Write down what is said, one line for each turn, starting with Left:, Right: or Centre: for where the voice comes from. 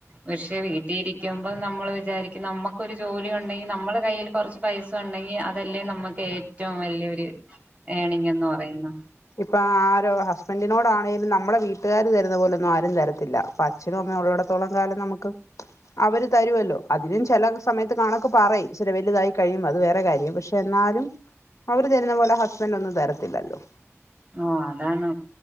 Right: പക്ഷെ വീട്ടിൽ ഇരിക്കുമ്പോൾ നമ്മൾ വിചാരിക്കും നമ്മുക്കൊരു ജോലി ഉണ്ടെങ്കി നമ്മള് കയ്യില് കുറച്ച് പൈസ ഉണ്ടെങ്കിൽ അതല്ലേ നമ്മക്ക് ഏറ്റവും വല്യോരു ഏണിങ്ങന്ന് പറയുന്ന
Left: ഇപ്പ ആരൊ ഹസ്ബൻന്റിനോടാണെ നമ്മളെ വീട്ടുകാര് തരുന്ന പോലൊന്നും ആരും തരത്തില്ല. പ്പൊ അച്ഛനും അമ്മേം ഉള്ളടത്തോളം കാലം നമുക്ക് അവര് തരുവല്ലോ, അതിനും ചെല സമയത്ത് കണക്ക് പറയും, ച്ചിരി വലുതായി കഴിയുമ്പോ, അത് വേറെ കാര്യം, പക്ഷെ എന്നാലും അവര് തരുന്ന പോലെ ഹസ്ബൻൻ്റൊന്നും തരത്തില്ലല്ലോ
Right: ഓ അതാണ്,